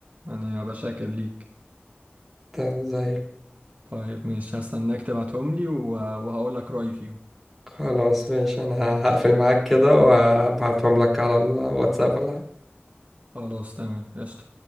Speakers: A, on the right (about 40°); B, in the centre.
A: يعني ابقى شاكر ليك
B: طب زي
A: طيب مش هستناك تبعتهم لي و- وهقول لك رايي فيهم
B: خلاص ماشي انا هقفل معاك كده وابعتهم لك على الواتساب ولا
A: خلاص تمام قشطه